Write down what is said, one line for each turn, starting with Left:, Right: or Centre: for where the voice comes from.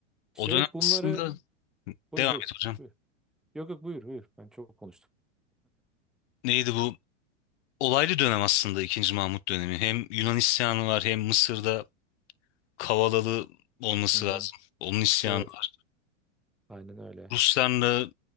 Centre: İşte
Left: O dönem
Centre: hep bunları
Left: aslında
Centre: buyur
Left: devam
Centre: buyur
Left: et hocam.
Centre: buyur. Yok yok buyur buyur. Ben çok konuştum.
Left: Neydi bu? Olaylı dönem aslında ikinci Mahmut dönemi. Hem Yunan isyanı var hem Mısır'da Kavalalı olması
Centre: Hı hı.
Left: lazım. Onun isyanı
Centre: Evet.
Left: var.
Centre: Aynen öyle.
Left: Ruslarla